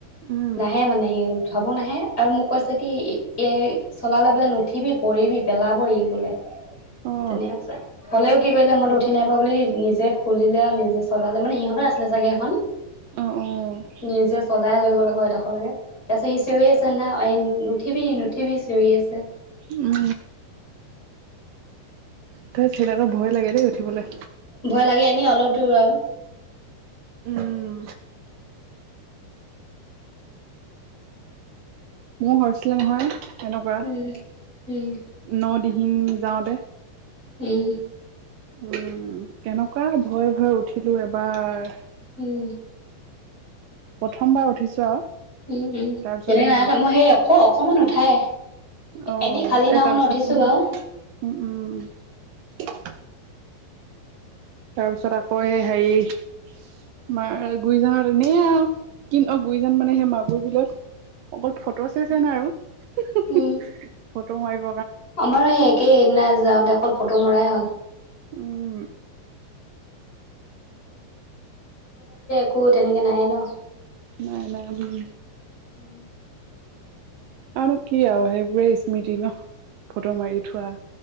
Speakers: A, on the right; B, on the left.
A: উম
B: নাহে মানে সি উঠ ভাবো নাহে আৰু মোক কৈছে, কি এই চলালে বোলে নুঠিবি পৰিবিি পেলাব ই বোলে।
A: অঁ
B: তেনেউচা। হলেও কি কৰিলে, মইটো উঠি নাই পোৱা বুলি নিজে খুলিলে আৰু নিজে চলালে মানে, সিহঁতে আছিলে চাগে সেইখন।
A: অঁ অঁ উম
B: নিজে চলাই লৈ গ'ল আকৌ এডোখৰলৈকে, তাৰপিছত সি চিঞৰি আছে না এই নুঠিবি, নুঠিবি চিঞৰি আছে।
A: উম, তই চলালে ভয় লাগে দেই উঠিবলৈ।
B: ভয় লাগে, এনে অলপ দূৰ আৰু।
A: উম, মোৰ হৈছিলে নহয় তেনেকুৱা
B: উম উম
A: ন দিন। হিম যাওঁতে।
B: উম,
A: উম, কেনেকুৱা ভয়ে ভয় উঠিলো এবাৰ।
B: উম,
A: প্ৰথমবাৰ উঠিছো আৰু।
B: উম, উম
A: তাৰপিছত
B: তেনেকে
A: এই
B: নাই উঠা, মই সেই অক - অকমান উঠাই।
A: অ',
B: এনেই খালী নাওখনত
A: এই তাৰ পিছত
B: উঠিছো
A: উম,
B: বাৰু।
A: উম, উম। তাৰ পিছত আকৌ এই হেৰি মাৰ গুৰি যান এনেই আৰু। কিন্ত অ', গুৰি যান মানে সেই মাগুৰ বিলত। অকল ফটো চেচনহে আৰু
B: উম
A: ফটো মাৰিব।
B: আমাৰো সেই একেই সেইদিনা যাওঁতে অকল ফটো মৰাই হ'ল।
A: উম,
B: কো তেনেকে নাইয়ে ন।
A: নাই, নাই, উম।
B: উম,
A: আৰু নো কি আৰু সেইবোৰে স্মৃতি ন। ফটো মাৰি থোৱা